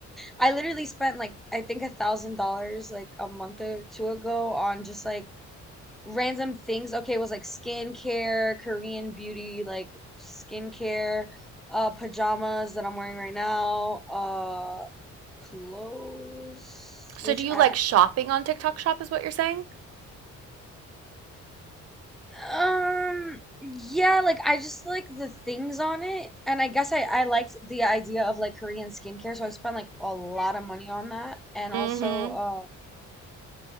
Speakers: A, in the centre; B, on the right.
A: I literally spent like I think a thousand dollars like a month or two ago on just like random things. Okay, it was like skincare, Korean beauty, like skincare, uh, pajamas that I'm wearing right now, uh, clothes,
B: So
A: which
B: do you
A: I
B: like
A: actually,
B: shopping on TikTok shop is what you're saying?
A: um, yeah, like I just like the things on it, and I guess I I liked the idea of like Korean skincare, so I spent like a lot of money on that, and also
B: Mm-hmm.
A: um.